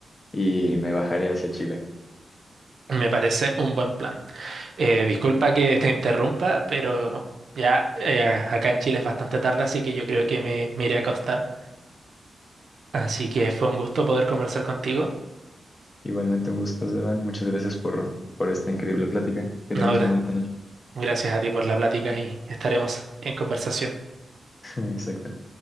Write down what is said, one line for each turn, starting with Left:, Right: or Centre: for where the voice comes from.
Left: y me bajaré hacia Chile.
Right: Me parece un buen plan. Eh, disculpa que te interrumpa, pero ya eh, acá en Chile es bastante tarde, así que yo creo que me, me iré a acostar. Así que fue un gusto poder conversar contigo.
Left: Igualmente un gusto, Esteban. Muchas gracias por, por esta increíble plática. Que
Right: No,
Left: tengas
Right: gra-
Left: muy bonita noche.
Right: gracias a ti por la plática y estaremos en conversación.
Left: <laughs> Exacto.